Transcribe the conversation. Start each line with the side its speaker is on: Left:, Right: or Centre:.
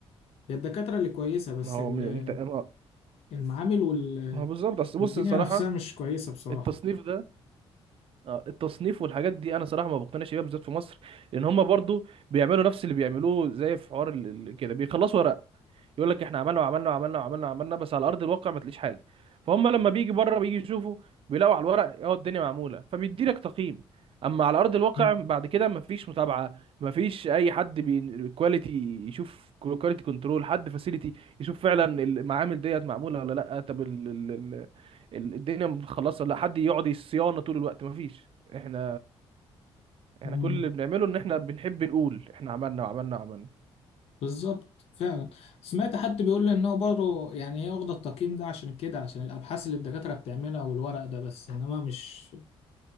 Left: هي الدكاترة اللي كويسة
Right: <laughs>
Left: بس
Right: ما هو
Left: ال-
Right: من انت ما
Left: المعامل وال...
Right: ما هو بالظبط اصل
Left: والدنيا
Right: بص صراحه
Left: نفسها مش كويسة بصراحة
Right: التصنيف ده آه، التصنيف والحاجات دي انا صراحه ما بقتنعش بيها بالذات في مصر لان هم برضو بيعملوا نفس اللي بيعملوه زي في حوار ال- ال- كده بيخلصوا ورق يقول لك احنا عملنا وعملنا وعملنا وعملنا وعملنا بس على ارض الواقع ما تلاقيش حاجه فهم لما بيجي بره بيجي يشوفوا بيلاقوا على الورق اه الدنيا معموله فبيدي لك تقييم اما على ارض الواقع
Left: مم.
Right: بعد كده ما فيش متابعه ما فيش اي حد كواليتي يشوف كواليتي كنترول حد فاسيلتي يشوف فعلا المعامل ديت معموله ولا لا طب ال- ال- ال- ال- الدنيا متخلصه ولا لا حد يقعد الصيانه طول الوقت ما فيش احنا احنا
Left: مم.
Right: كل اللي بنعمله ان احنا بنحب نقول احنا عملنا وعملنا وعملنا
Left: بالظبط فعلا سمعت حد بيقول لي ان هو برضه يعني هي واخده التقييم ده عشان كده عشان الابحاث اللي الدكاتره بتعملها والورق ده بس انما مش